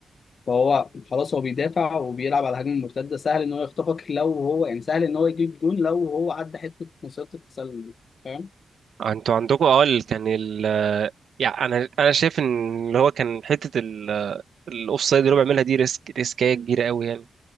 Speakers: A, on the left (about 60°); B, on the right (about 70°).
A: فهو خلاص هو بيدافع وبيلعب على هجمه مرتده سهل ان هو يخطفك لو هو يعني سهل ان هو يجيب جون لو هو عدى حته مصيده التسلل دي فاهم
B: انتوا عندكم اه ال- كان ال يعني انا انا شايف ان اللي هو كان حته الاوف سايد اللي هو بيعملها دي ريسك ريسكايه كبيره قوي يعني